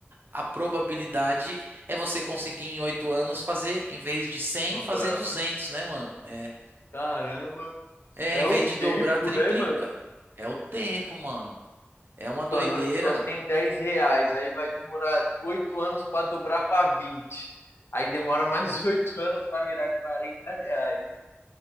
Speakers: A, on the right; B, on the left.
A: a probabilidade é você conseguir em 8 anos fazer, em vez de 100,
B: dobrada.
A: fazer 200, né, mano? É,
B: Caramba.
A: é
B: É
A: em
B: o
A: vez de dobrar,
B: tempo,
A: triplica.
B: né, mano?
A: É o tempo, mano. É uma
B: E
A: doideira.
B: nós que só tem 10 reais, aí vai demorar 8 anos para dobrar para vinte Aí demora mais <laughs> 8 anos para virar 40 reais.